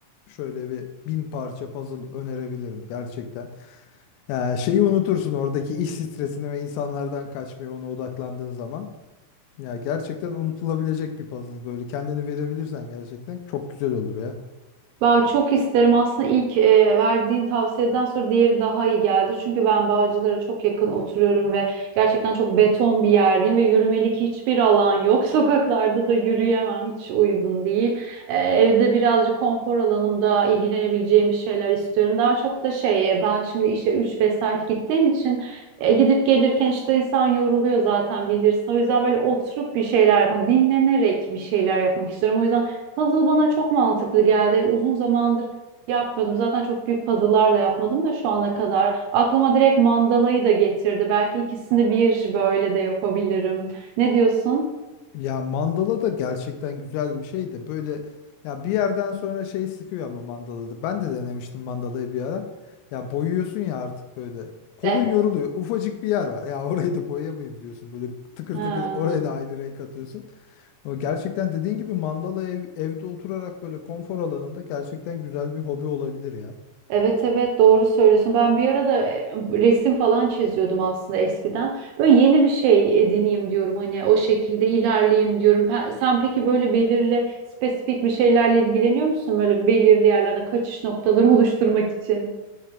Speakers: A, on the left; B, on the right.
A: şöyle bir bin parça puzzle önerebilirim gerçekten. Ya şeyi unutursun oradaki iş stresini ve insanlardan kaçmayı ona odaklandığın zaman. Ya gerçekten unutulabilecek bir puzzle böyle kendini verebilirsen gerçekten çok güzel olur ya.
B: Ben çok isterim aslında ilk e, verdiğin tavsiyeden sonra diğeri daha iyi geldi. Çünkü ben Bağcılar'a çok yakın oturuyorum ve gerçekten çok beton bir yerdeyim ve yürümelik hiçbir alan yok. <laughs> Sokaklarda da yürüyemem hiç uygun değil. E, evde birazcık konfor alanımda ilgilenebileceğim bir şeyler istiyorum. Daha çok da şey e, ben şimdi işe 3 vesaire gittiğim için e, gidip gelirken işte insan yoruluyor zaten bilirsin. O yüzden böyle oturup bir şeyler yapmak, dinlenerek bir şeyler yapmak istiyorum. O yüzden Puzzle bana çok mantıklı geldi. Uzun zamandır yapmıyordum. Zaten çok büyük puzzle'lar da yapmadım da şu ana kadar. Aklıma direkt mandalayı da getirdi. Belki ikisini bir böyle de yapabilirim. Ne diyorsun?
A: Ya mandala da gerçekten güzel bir şey de böyle ya bir yerden sonra şey sıkıyor ama mandalada. Ben de denemiştim mandalayı bir ara. Ya boyuyorsun ya artık böyle. Kolun
B: Evet.
A: yoruluyor. Ufacık bir yer var. Ya <laughs> orayı da boyayamayayım diyorsun. Böyle tıkır
B: Ha.
A: tıkır oraya da aynı renk atıyorsun. Ama gerçekten dediğin gibi mandala ev, evde oturarak böyle konfor alanında gerçekten güzel bir hobi olabilir ya.
B: Evet evet doğru söylüyorsun. Ben bir arada e, resim falan çiziyordum aslında eskiden. Böyle yeni bir şey edineyim diyorum. Hani o şekilde ilerleyeyim diyorum. Pe- Sen peki böyle belirli spesifik bir şeylerle ilgileniyor musun? Böyle belirli yerlerden kaçış noktaları <laughs> oluşturmak için.